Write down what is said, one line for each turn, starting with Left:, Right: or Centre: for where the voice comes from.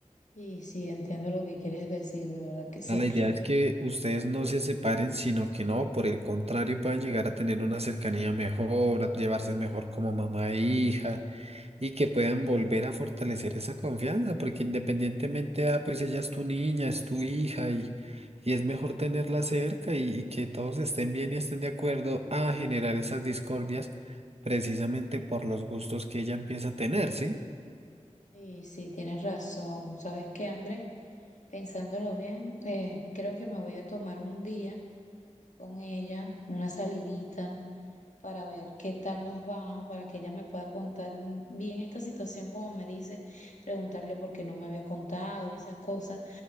Left: Y sí, entiendo lo que quieres decir, de verdad que sí.
Right: sea, la idea es que ustedes
Left: Bueno,
Right: no se separen, sino que no, por el contrario, puedan llegar a tener una cercanía mejor, a llevarse mejor como mamá e hija, y que puedan volver a fortalecer esa confianza, porque independientemente, ah, pues ella es tu niña, es tu hija, y, y es mejor tenerla cerca y, y que todos estén bien y estén de acuerdo a generar esas discordias precisamente por los gustos que ella empieza a tener, ¿sí?
Left: y sí, tienes razón. ¿Sabes qué, Andrés? Pensándolo bien, eh, creo que me voy a tomar un día con ella, una salidita, para ver qué tal nos va, para que ella me pueda contar mm, bien esta situación, como me dice, preguntarle por qué no me había contado y esas cosas.